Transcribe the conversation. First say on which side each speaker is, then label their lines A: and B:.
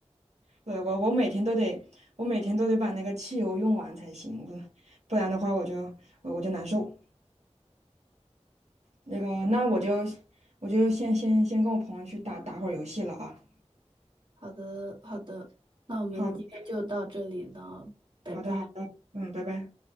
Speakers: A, on the right; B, on the right.
A: 对我我每天都得我每天都得把那个汽油用完才行，我不然的话我就我我就难受。那个那我就我就先先先跟我朋友去打打会儿游戏了啊。
B: 好的，好的，那我们今天就到这里了，
A: 好。
B: 拜拜。
A: 好的，好的，嗯，拜拜。